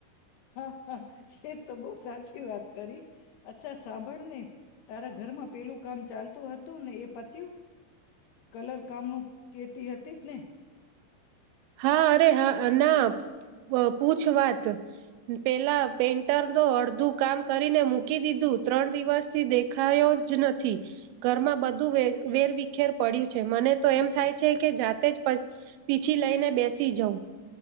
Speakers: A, on the left (about 75°); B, on the right (about 80°).
A: હા હ એ તો બહ સાચી વાત કરી અચ્છા સાંભળ ને તારા ઘરમાં પેલું કામ ચાલતું હતું ને એ પતું કલર કામનું કેતી હતી જ ને.
B: હા અરે હા ના પૂછ વાત પેલા પેન્ટરનું અડધું કામ કરીને મૂકી દીધું ત્રણ દિવસ થી દેખાયો જ નથી ઘરમાં બધું વેરવખેર પડ્યું છે મને તો એમ થાય છે કે જાતે જ પછ છથી લઈને બેસી જાઉં.